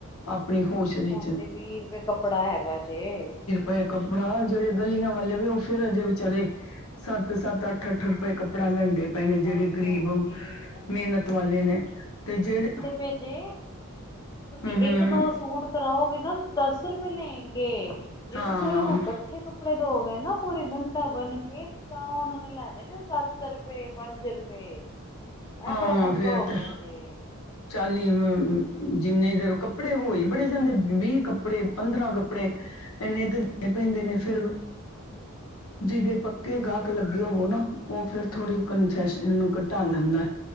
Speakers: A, on the left; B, on the left.
A: ਅਪਨੀ ਹੋਸ਼ ਵਿੱਚ
B: ਹੁਨ ਤੇ ਵੀ ਰੁਪਏ ਕੱਪੜਾ ਹੈਗਾ ਜੇ।
A: ਵੇ ਕੱਪੜਾ ਜੇੜੇ ਗੱਲਿਆ ਵਾਲੇ ਵੇ ਓ ਫੇਰ ਅਜੇ ਵਿਚਾਰੇ ਸੱਤ-ਸੱਤ, ਅੱਠ-ਅੱਠ ਰੁਪਏ ਕੱਪੜਾ ਲੈਂਦੇ ਪਏ ਨੇ ਜੇੜੇ
B: ਹਾਂਜੀ
A: ਗਰੀਬ
B: ਹਾਂਜੀ ਬਿਲਕੁਲ
A: ਮ੍ਹੇਨਤ ਵਾਲੇ ਨੇ ਤੇ ਜੇੜੇ
B: ਪੇਜੇ, ਤੁਸੀਂ
A: ਹੂੰ
B: ਇੱਕ-ਦੋ ਸੂਟ ਕਰਾਓਗੇ ਨਾ ਦਸ ਰੁਪਏ ਲੈਂਗੇ ਜੇ
A: ਹਾਂ
B: ਤੁਸੀਂ ਓਨਾਂ ਨੂੰ ਕੱਠੇ ਕੱ ਪੜੇ ਦੋਗੇ ਨਾ ਪੂਰੀ ਗੰਢਾ ਬੰਨ ਕੇ ਤਾਂ ਓਨਾ ਨੇ ਲੈਨੇ ਜੇ ਸੱਤ ਰੁਪਏ ਪੰਜ ਰੁਪਏ ਐ
A: ਹਾਂ
B: ਬੜਾ ਪੰਗਾ
A: ਫੇਰ
B: ਹੋ
A: ਤੇ
B: ਗਿਆ ਜੇ
A: ਚਾਲੀ ਜਿੰਨੇ ਜਦੋਂ ਕੱਪੜੇ ਹੋਈ ਬੜੇ ਜਾਂਦੇ ਵੀ ਵੀਹ ਕੱਪੜੇ, ਪੰਦਰਾਂ ਕੱਪੜੇ ਇੰਨੇ ਤੇ ਤੋਣੇ ਪੈਂਦੇ ਨੇ ਫਿਰ
B: <inaudible>
A: ਜਿਹਦੇ ਪੱਕੇ ਗਾਹਕ ਲੱਗੇ ਹੋਵੋ ਨਾ ਉਹ ਫੇਰ ਥੋੜ੍ਹੀ ਕੰਨਸੈਸ਼ਨ ਘਟਾ ਲੈਂਦਾਂ ਹੈ।